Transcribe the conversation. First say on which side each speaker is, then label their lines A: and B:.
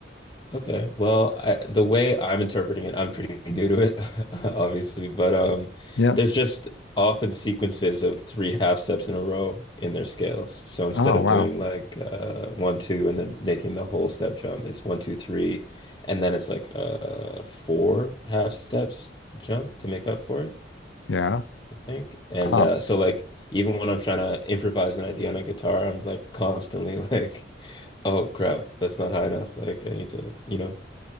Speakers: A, on the left; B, on the left.
A: Okay. Well, I, the way I'm interpreting it, I'm pretty new to it, <laughs> obviously, but um,
B: Yeah.
A: there's just often sequences of three half steps in a row in their scales. So instead
B: Oh,
A: of
B: wow.
A: doing like uh, one, two, and then making the whole step jump, it's one, two, three, and then it's like uh, four half steps jump to make up for it,
B: Yeah.
A: I think. And
B: Oh,
A: uh, so like even when I'm trying to improvise an idea on a guitar, I'm like constantly <laughs> like, oh crap, that's not high enough. Like I need to, you know.